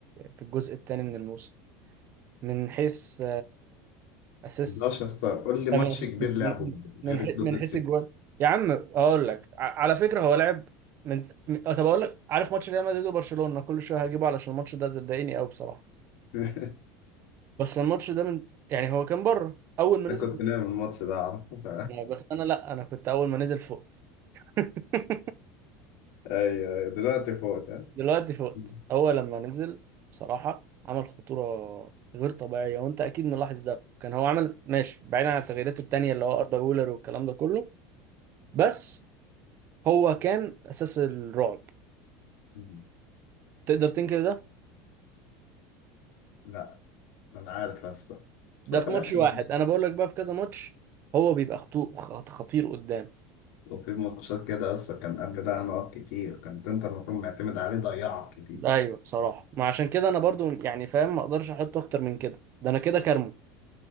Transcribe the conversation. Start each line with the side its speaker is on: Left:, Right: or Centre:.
Right: في الجزء الثاني من الموسم من حيث اسيست
Left: مقدرش يا اسطى قول لي ماتش
Right: من
Left: كبير
Right: من
Left: لعبه
Right: من
Left: غير
Right: حي-
Left: ضد
Right: من
Left: السيتي
Right: حيث الجوال يا عم اقول لك ع- على فكره هو لعب من من- طب اقول لك عارف ماتش ريال مدريد وبرشلونه كل شويه هجيبه علشان الماتش ده صدقني قوي بصراحه
Left: <laughs>
Right: بس الماتش ده من يعني هو كان بره اول ما نزل
Left: انت كنت نايم الماتش ده اعرفه ف...
Right: بس انا لا انا كنت اول ما نزل فوق <laughs>
Left: <laughs> ايوه ايوه دلوقتي فوت ها
Right: دلوقتي فقت
Left: مم.
Right: هو لما نزل بصراحة عمل خطورة غير طبيعية وانت اكيد ملاحظ ده كان هو عمل ماشي بعيدا عن التغييرات التانية اللي هو اردا جولر والكلام ده كله بس هو كان اساس الرعب
Left: مم.
Right: تقدر تنكر ده
Left: لا انا عارف اصلا بس
Right: ده
Left: هو
Right: في
Left: في الاخر
Right: ماتش واحد انا بقول لك بقى في كذا ماتش هو بيبقى خطو خ- خطير قدام
Left: وفي ماتشات كده اصلا كان قبل ده نقط كتير كانت انت المفروض معتمد عليه ضيعك كتير
Right: ايوه بصراحة ما عشان كده انا برضو يعني فاهم ما اقدرش احط اكتر من كده ده انا كده كارمه